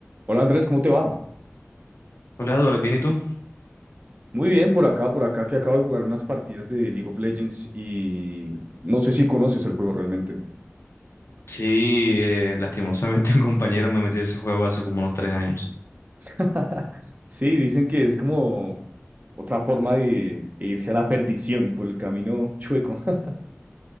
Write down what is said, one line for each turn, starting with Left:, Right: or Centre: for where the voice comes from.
Right: Hola Andrés, ¿cómo te va?
Left: Hola Eduardo, ¿bien y tú?
Right: Muy bien, por acá, por acá, que acabo de jugar unas partidas de League of Legends y no sé si conoces el juego realmente.
Left: Sí, eh, lastimosamente <laughs> un compañero me metió ese juego hace como unos tres años.
Right: <laughs> Sí, dicen que es como otra forma de irse a la perdición por el camino chueco. <laughs>